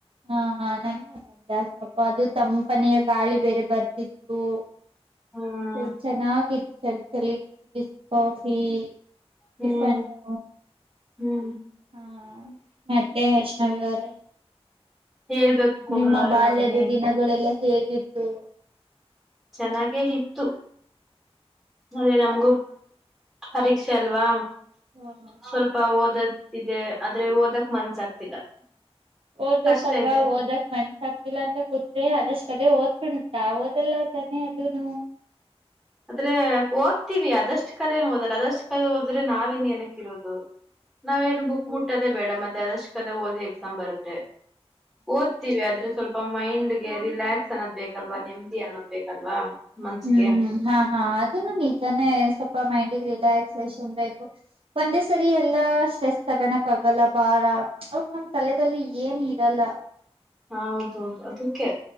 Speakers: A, on the right; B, in the centre.
A: ಹಾ ಹ ನಮಗದು ಅಭ್ಯಾಸ ಅದು ತಂಪನಿಯ ಗಾಳಿ ಬೇರೆ ಬರ್ತಿತ್ತು ಹೂ
B: ಹ್ಮ್
A: ಹೂ ಚೆನ್ನಾಗಿತ್ತು ಚಳ್ಚಳಿ ಬಿಸಿ ಕಾಫಿ ಟಿಫನ್ನು
B: ಹ್ಮ್ ಹ್ಮ್
A: ಹಾ ಮತ್ತೆ ವೈಷ್ಣವಿ ಅವರೇ
B: ಹೇಳ್ಬೇಕು ಕೋಮಲ
A: ನಿಮ್ಮ
B: ಅವ್ರೆ
A: ಬಾಲ್ಯದ
B: ನಮ್ದೇನ್
A: ದಿನಗಳೆಲ್ಲ ಹೇಗೆ ಎದ್ದು
B: ಚೆನ್ನಾಗೆ ಇತ್ತು ಆದ್ರೆ ನಮಗೂ ಪರೀಕ್ಷೆ ಅಲ್ವಾ
A: ಹ
B: ಸ್ವಲ್ಪ ಓದದ ಇದೆ ಆದ್ರೆ ಓದಕ್ ಮನ್ಸ ಆಗ್ತಿಲ್ಲ
A: ಓದ್ಬೇಕಲ್ವಾ
B: ಕಷ್ಟ ಇದೆ
A: ಓದಕ್ ಮನ್ಸ ಆಗ್ತಿಲ್ಲ ಅಂತ ಕೂತೆ ಆದಷ್ಟು ಕದೆ ಓದ್ಕೊಂಡ ತಾವು ಓದಲ್ವಾ ತಾನೆ ಅದುನು
B: ಆದ್ರೆ ಓದ್ತಿವಿ ಅದಷ್ಟು ಕದೆ ಏನು ಓದಲ್ಲ ಅದಷ್ಟು ಓದಿದ್ರೆ ನಾವಿನ್ನೇನು ಇನ್ನೇನ್ ಕಿರೋದು ನಾವ್ ಏನ್ ಬುಕ್ ಮುಟ್ಟದೇ ಬೇಡ ಮತ್ತೆ ಆದಷ್ಟು ಕದೆ ಓದಿ ಎಕ್ಸಾಮ್ ಬರೆದ್ರೆ ಓದ್ತೀವಿ ಆದ್ರೆ ಸ್ವಲ್ಪ ಮೈಂಡ್ ಗೆ ರಿಲ್ಯಾಕ್ಸ್ ಅನ್ನೋದ ಬೇಕಲ್ವಾ ನೆಮ್ಮದಿ ಅನ್ನೋದ ಬೇಕು ಅಲ್ವಾ ಮನ್ಸಿಗೆ
A: ಹ್ಮ್ ಹಾ ಹಾ ಅದುನು ನಿಜಾನೇ ಸ್ವಲ್ಪ ಮೈಂಡ್ಗೆ ರಿಲ್ಯಾಗ್ಜೆಶನ್ ಬೇಕು ಒಂದೇ ಸರಿ ಎಲ್ಲಾ ಸ್ಟ್ರೆಸ್ ತಗಣಕಾಗಲ್ಲ ಆಗಲ್ಲ ಭಾರ ಅವಾಗ ನಮ್ ತಲೆದಲ್ಲಿ ಏನ್ ಇರಲ್ಲ
B: ಹ ಹೌದೌದು ಅದಕ್ಕೆ